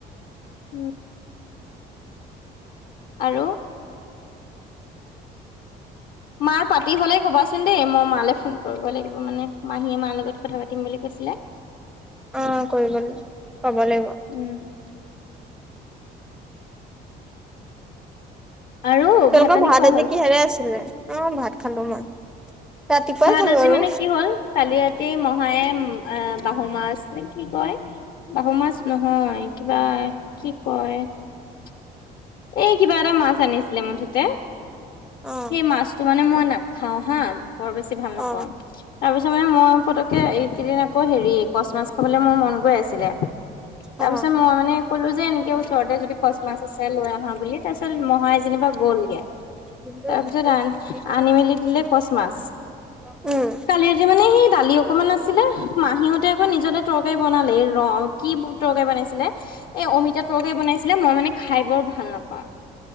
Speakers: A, on the left (about 65°); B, in the centre.
A: উম আৰু মাৰ পাতি হলেই কবাচোন দেই মই মালৈ ফোন কৰিব লাগিব মানে মাহীয়ে মাৰ লগত কথা পাতিম বুলি কৈ ছিলে
B: অ কৰিব লাগিব কব লাগিব
A: উম আৰু
B: তেনেকা
A: পানী
B: ভাত
A: খোৱা
B: আজি
A: হ'ল
B: কিহেৰে আছিলে অ ভাত খালো মই। ৰাতিপুৱাই
A: ভাত
B: খালো
A: আজি
B: আৰু
A: মানে কি হ'ল কালি ৰাতি মহায়ে। অ বাহু মাছ নে কি কয় বাহু মাছ নহয় কিবা কি কয়। <unintelligible> এই কিবা এটা মাছ আনিছিলে মুঠতে
B: অ
A: সেই মাছটো মানে মই না। খাওঁ হা বৰ বেছি ভাল নাপাওঁ
B: অ
A: তাৰপি। ছত মই পতকে এইকেইদিন আকৌ হেৰি কচ মাছ খাবলে মোৰ মন গৈ আছিলে। তাৰ
B: অ
A: পিছত মই মানে কলো যে এনেকে ওচৰতে যদি কচ মাছ আছে লৈ আহ। বুলি তাৰ পিছত মহাই যেনিবা গ'লগে।
B: সেইটোৱে
A: তাৰ পিছত
B: সেইটোৱে
A: আন
B: ফিফটি
A: আনি মেলি দিলে
B: মানে
A: কচ মাছ
B: ইমান। উম
A: কালি ৰাতি মানে সেই দালি অকমান আছিলে মাহিহঁ। তে আকৌ নিজতে তৰকাৰী বনালে ৰ কি তৰকাৰী বনাইছিলে এ অমিতা তৰকাৰী বনাইছিল। এ মই মানে খাই বৰ ভাল নাপাওঁ।